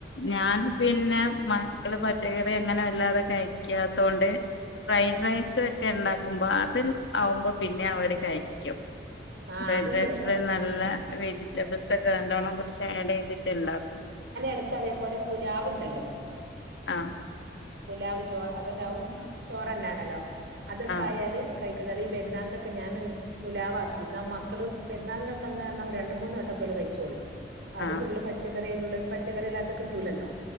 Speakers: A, on the left (about 85°); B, on the right (about 80°).
A: ഞാൻ പിന്നെ മക്കള് പച്ചക്കറി അങ്ങനെ വല്ലാതെകെയായി ക്ക്യാത്തോണ്ട് ഫ്രൈഡ്
B: ഉം
A: റൈസ് ഒക്കെ ഉണ്ടാക് പോകുമ്പോ അതിൽ ആവുമ്പോ പിന്നെ അവര് കഴിക്കും
B: ആഹ്
A: ഫ്രൈഡ്
B: അതുണ്ട്
A: റൈസില്
B: ഇവിടെ
A: നല്ല
B: ആഹ്
A: വെജിറ്റബിൾസ്
B: ഉം
A: ഒക്കെ നല്ലോണ്ണം കുറച്ച് ആഡ് ചെയ്തിട്ട്ണ്ടാക്ക
B: അടുക്ക അതേപോലെ പുലാവുണ്ടല്ലോ
A: ആ
B: ഗുലാബ് ചോറ് അതന്നാവും ചോറ്ന്നെയ ആണല്ലോ അതൊക്കെ
A: ആഹ്
B: ആയാൽ കൈ ഇതനെ പെരുന്നാൾ ഒക്കെ പുലാവാക്കി എന്നാ മക്കള് പെരുന്നാളി അന്ന് പറഞ്ഞണം രണ്ട് മൂന്ന് വട്ടൊക്കെല്ല കഴിച്ചോളും അത്
A: ആഹ്
B: ഫുള്ള് പച്ചക്കറി ഉള്ളത് പച്ചക്കറി എല്ലാത്ത കിട്ടൂലല്ലോ